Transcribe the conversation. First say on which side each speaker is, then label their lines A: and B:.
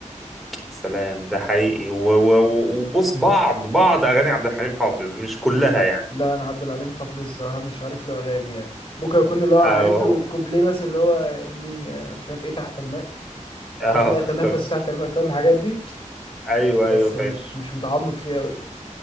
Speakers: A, in the centre; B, on the left (about 35°).
A: سلام ده حقيقي و- و- و- وبص بعض بعض اغاني عبد الحليم حافظ مش كلها يعني
B: لا انا عبد العليم حافظ الصراحه مش عارف له اغاني يعني ممكن اكون اللي هو
A: اه
B: عارف له كوبليه مثلا اللي هو اني آه، مش عارف ايه تحت الماء
A: اه
B: اني اتنفس
A: <laughs>
B: تحت الماء فاهم الحاجات دي
A: ايوه
B: بس
A: ايوه فاهم
B: مش مش متعمق فيها قوي